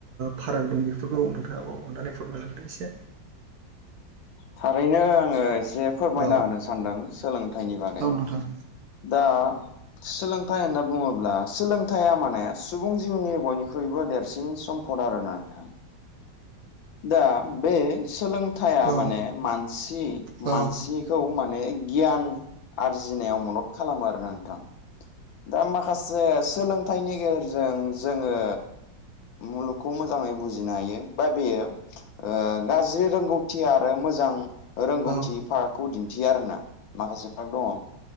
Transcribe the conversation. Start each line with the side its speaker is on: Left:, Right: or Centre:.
Right: फाराग दं बेफोरखौ नोंथांङाबो अननानै फोरमायलांदों एसे
Left: थारैनो आङो एसे फोरमायना
Right: औ
Left: होनो सानदों सोलोंथाइनि बागै
Right: औ नोंथां
Left: दा सोलोंथाइ होनना बुंङोब्ला सोलोंथाइया माने सुबुं जिउनि बयनिख्रुइबो देरसिन सम्पद आरोना नोंथां दा बे सोलोंथाइया
Right: औ
Left: माने मानसि
Right: औ
Left: मानसि खौ माने गियान आरजिनायाव मदद खालामो आरो नोंथां दा माखासे सोलोंथाइनि गेजेरजों जोंङो मुलुगखौ मोजांङै बुजिनो हायो बा बेयो ओ गाज्रि रोंगौथि आरो मोजां रोंगौथि
Right: औ
Left: फाराग खौ दिनथियो आरोना माखासे पार्क दंङो